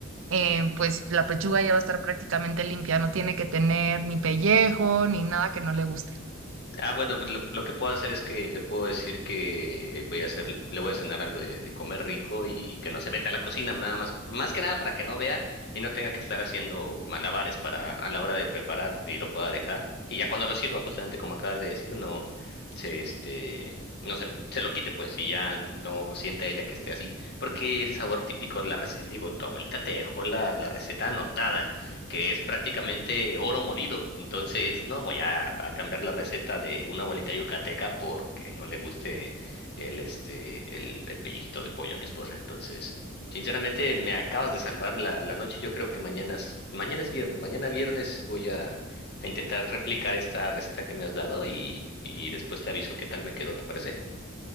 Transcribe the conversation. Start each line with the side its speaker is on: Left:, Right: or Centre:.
Right: eh, pues la pechuga ya va a estar prácticamente limpia. No tiene que tener ni pellejo, ni nada que no le guste.
Left: Ah, bueno, pues lo, lo que puedo hacer es que le puedo decir que voy a hacer, le voy a cenar algo de, de comer rico y que no se meta a la cocina, nada más, más que nada para que no vea y no tenga que estar haciendo malabares para a la hora de preparar y lo pueda dejar. Y ya cuando lo sirva, justamente como acabas de decir, no se este no se, lo- se lo quite pues y ya no sienta ella que esté así, porque el sabor típico la reci- digo, tu abuelita te dejó la, la receta anotada. que es prácticamente oro molido. Entonces, no voy a, a cambiar la receta de una abuelita yucateca porque no le guste el, este, el, el pellizquito de pollo a mi esposa. Entonces, sinceramente, me acabas de salvar la, la noche. Yo creo que mañana es, mañana es viernes. Mañana viernes voy a, a intentar replicar esta receta que me has dado y, y después te aviso qué tal me quedó, ¿te parece?